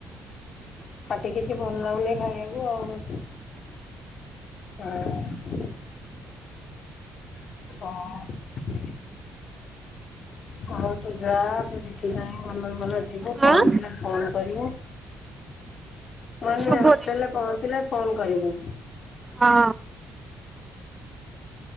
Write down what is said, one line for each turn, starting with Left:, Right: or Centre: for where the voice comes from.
Left: ପାଟି କିଛି ଭଲ ଲାଗୁନି ଖାଇବାକୁ ଆଉ। ହୁଁ। ହଁ। ହଉ ତୁ ଯା ଦେଖିଚାଇଁ ଭଲରେ ଭଲରେ ଯିବୁ ପହଞ୍ଚିଲେ
Right: ହଁ
Left: ଫୋନ କରିବୁ ମାନେ
Right: ଶୁଭୁନି
Left: ହଷ୍ଟେଲରେ ପହଞ୍ଚିଲେ ଫୋନ କରିବୁ।
Right: ହଁ